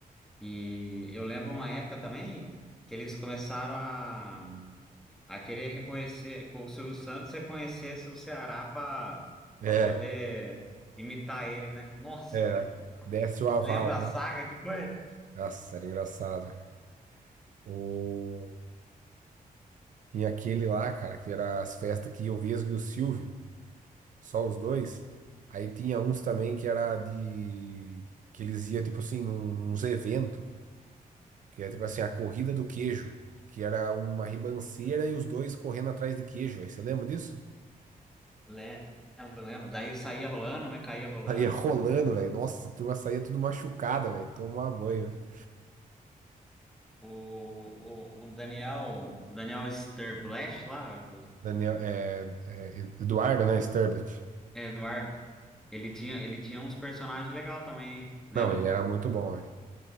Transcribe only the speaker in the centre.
E eu lembro uma época também que eles começaram a a querer reconhecer, com o Silvio Santos reconhecesse o Ceará para
para poder imitar ele, né? Nossa,
que
lembra a
saga que foi?
Lembro, lembro. Daí saía rolando, né? Caía rolando
todo mundo.
O, o, o Daniel, Daniel Sterblash lá,
é, Eduardo, ele tinha, ele tinha uns personagens legais também, hein? lembra?